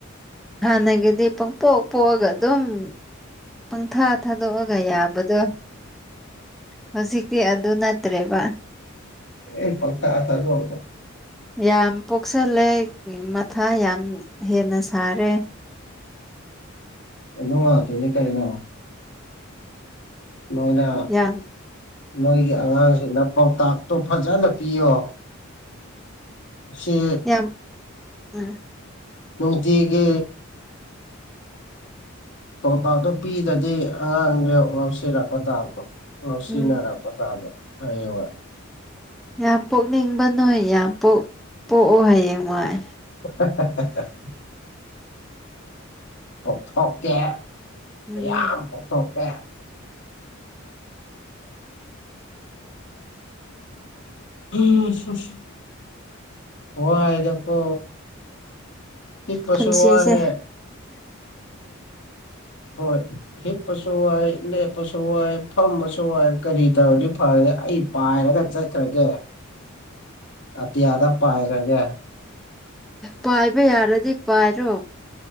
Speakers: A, in the centre; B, on the left (about 60°).
A: ꯍꯥꯟꯅꯒꯤꯗꯤ ꯄꯪꯄꯣꯛ ꯄꯣꯛꯑꯒ ꯑꯗꯨꯝ ꯄꯪꯊꯥ ꯊꯥꯗꯣꯛꯑꯒ ꯌꯥꯕꯗꯣ ꯍꯧꯖꯤꯛꯇꯤ ꯑꯗꯨ ꯅꯠꯇ꯭ꯔꯦꯕ
B: ꯑꯦ ꯄꯪꯊꯥ ꯊꯥꯗꯣꯛꯑꯒ
A: ꯌꯥꯝ ꯄꯣꯛꯁꯜꯂꯦ ꯃꯊꯥ ꯌꯥꯝ ꯍꯦꯟꯅ ꯁꯥꯔꯦ
B: ꯑꯗꯨ ꯉꯥꯛꯇꯅꯤ ꯀꯩꯅꯣ ꯅꯣꯏꯅ
A: ꯌꯥꯝ
B: ꯅꯣꯏꯒꯤ ꯑꯉꯥꯡꯁꯤꯅ ꯄꯥꯎꯇꯥꯛꯇꯣ ꯐꯖꯅ ꯄꯤꯌꯣ ꯁꯤ
A: ꯌꯥꯝ ꯎꯝ
B: ꯅꯨꯡꯇꯤꯒꯤ ꯄꯥꯎꯇꯥꯛꯇꯣ ꯄꯤꯗ꯭ꯔꯗꯤ ꯑꯉꯥꯡꯗ ꯉꯥꯎꯁꯤꯔꯛꯄ ꯇꯥꯕ ꯉꯥꯎꯁꯤꯟꯅꯔꯛꯄ
A: ꯎꯝ
B: <unintelligible>
A: ꯌꯥꯝ ꯄꯣꯛꯅꯤꯡꯕ ꯅꯣꯏ ꯌꯥꯝ ꯄꯣꯛ ꯄꯣꯛꯑꯣ ꯍꯌꯦꯡ ꯋꯥꯏ
B: <inaudible> ꯄ‌ꯣꯛꯊꯣꯛꯀꯦ
A: ꯎꯝ
B: ꯃꯌꯥꯝ ꯄ‌ꯣꯛꯊꯣꯛꯀꯦ <unintelligible> ꯋꯥꯏꯗꯀꯣ ꯍꯤꯞꯄꯁꯨ
A: ꯄꯨꯟꯁꯤꯁꯦ
B: ꯋꯥꯔꯦ ꯍꯣꯏ ꯍꯤꯞꯄꯁꯨ ꯋꯥꯏ ꯂꯦꯞꯄꯁꯨ ꯋꯥꯏ ꯐꯝꯕꯁꯨ ꯋꯥꯏ ꯀꯔꯤ ꯇꯧꯔꯗꯤ ꯐꯒꯅꯤ ꯑꯩ ꯄꯥꯏꯔꯒ ꯆꯠꯈ꯭ꯔꯒꯦ
A: <inaudible>
B: ꯑꯇꯤꯌꯥꯗ ꯄꯥꯏꯈꯔꯒ‌ꯦ
A: ꯄꯥꯏꯕ ꯌꯥꯔꯗꯤ ꯄꯥꯏꯔꯣ